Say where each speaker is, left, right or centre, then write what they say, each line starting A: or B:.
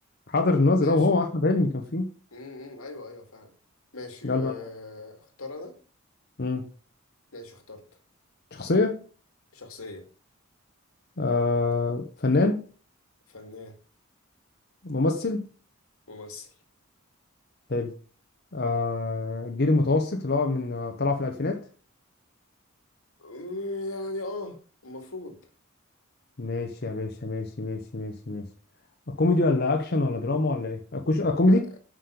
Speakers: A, on the left; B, on the left.
A: حاضر الناظر
B: ماشي
A: اه هو احمد حلمي كان فيه
B: امم ايوه ايوه فعلا ماشي
A: يلا
B: آه،
A: انت
B: اختار انا
A: امم
B: ماشي اخترت
A: شخصيه
B: شخصية
A: آه فنان
B: فنان
A: ممثل
B: ممثل
A: حلو آه الجيل المتوسط اللي هو من آه، طلع في الألفينات
B: أمم، يعني اه المفروض
A: ماشي يا باشا ماشي ماشي ماشي ماشي كوميدي ولا أكشن ولا دراما ولا إيه؟ أكوش آه، كوميدي
B: لا